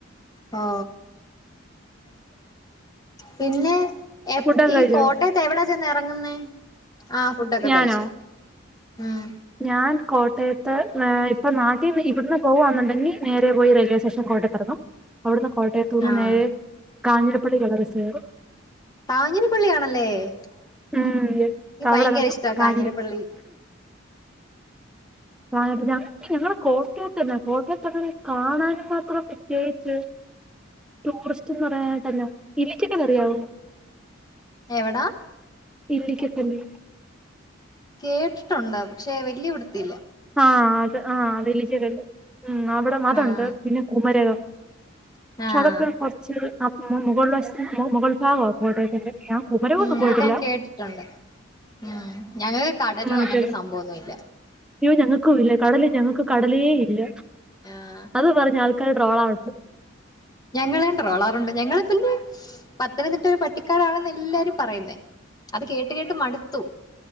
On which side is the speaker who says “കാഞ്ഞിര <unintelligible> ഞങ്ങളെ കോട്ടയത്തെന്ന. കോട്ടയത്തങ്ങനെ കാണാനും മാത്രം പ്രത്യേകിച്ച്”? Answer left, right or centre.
Centre